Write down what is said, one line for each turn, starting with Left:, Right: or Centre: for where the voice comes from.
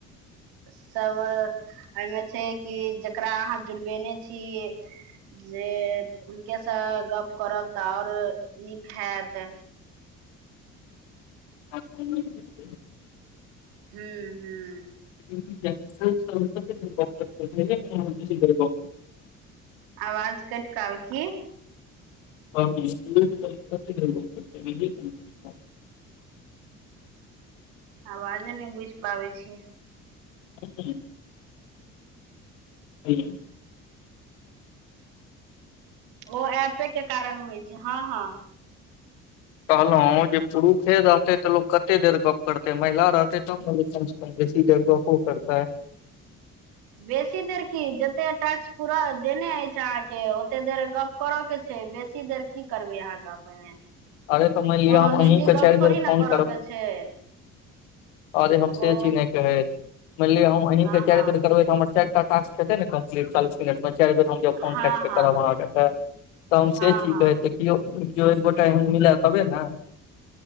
Right: सब एहिमे छै कि जकरा अहाँ जुड़बेने छी जे हुनके से गप करब तऽ आओर नीक हेयत
Left: <unintelligible>
Right: हूं हूं
Left: <unintelligible>
Right: आवाज कैट क आवे की
Left: <unintelligible>
Right: आवाजे नै बुझि पाबै छिय
Left: <unintelligible> हूं
Right: ओ ऐपे के कारण होइ छै हँ हँ
Left: कहलौं जे पुरुखे रहतै तऽ लोक कते देर गप करतै महिला रहतै तब न लोक कमसँ कम बेसी देर गप ओ करतै
Right: बेसी देर की जते टैक्स पूरा देने अछि अहाँके ओते देर गप करऽ के छै बेसी देर की करबै अहाँ गप अईमे
Left: अरे तऽ मानि लिअ
Right: कोनो
Left: हम अहींके
Right: निजी गप
Left: चारि
Right: थोड़हि
Left: बेर फोन
Right: न करऽ
Left: करब
Right: के छै
Left: अरे हम से
Right: ओ
Left: चीज नै कहै मैन लिअ हम अहीं
Right: हँ
Left: के <unintelligible>
Right: हँ
Left: हमर चैर तक टास्क हेते ने कम्लीट चालीस मिनट पर चारि बेर हम जे फोन
Right: हँ
Left: काटि के
Right: हँ
Left: करब अहाँके तऽ तऽ हम
Right: हँ
Left: से छी
Right: हँ
Left: कहै त केओ केओ एक गोटा एहन मिलय तबे न